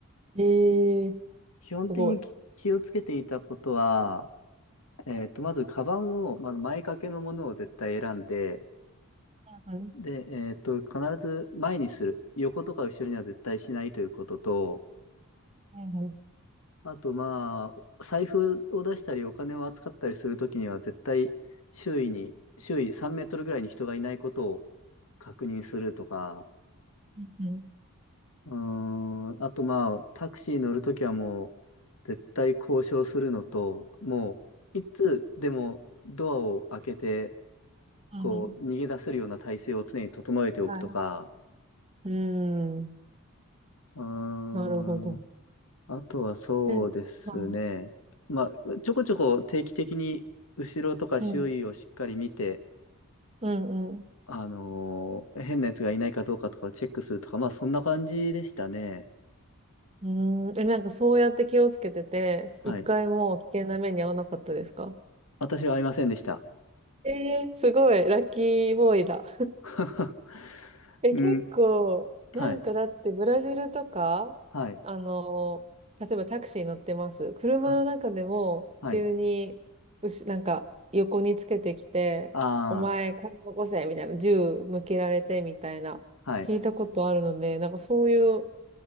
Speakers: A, on the right (about 30°); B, on the left (about 75°).
A: ええ、
B: 基本的にき気をつけていたことは、
A: すごい。
B: えっと、まず、カバンを、まず前掛けのものを絶対選んで、
A: うん。
B: で、えっと、必ず前にする。横とか後ろには絶対しないということと、
A: うん。
B: あと、まあ、財布を出したり、お金を扱ったりするときには、絶対周囲に、周囲3メートルぐらいに人がいないことを確認するとか、
A: うんうん。
B: うーん、あとまあ、タクシー乗るときはもう、絶対交渉するのと、もう、いつでもドアを開けて、
A: うんうん。
B: こう、逃げ出せるような体制を常に整えておくとか、
A: はい。うーん。
B: うーん、
A: なるほど。
B: あとはそうですね。
A: うん。は
B: まあ、ちょこちょこ定期的に後ろとか周囲をしっかり見て、
A: い。うんうんうん。
B: あのー変なやつがいないかどうかとかをチェックするとか、まあそんな感じでしたね。
A: うーん。え、なんかそうやって気をつけてて、一回も危険な目に遭わなかったですか
B: はい。私は会いませんでした。
A: えー、すごい、ラッキーボーイだ。
B: <laughs>
A: <laughs> え、
B: うん。
A: 結構、なんかだってブラジルとか、
B: はい。はい。
A: あの、例えばタクシー乗ってます。車の中でも、
B: は、はい。
A: 急に、うし、なんか横につけてきて、
B: あ
A: お前、金起こせみたいな、銃向けられてみたいな、
B: あ、はい。
A: 聞いたことあるので、なんかそういう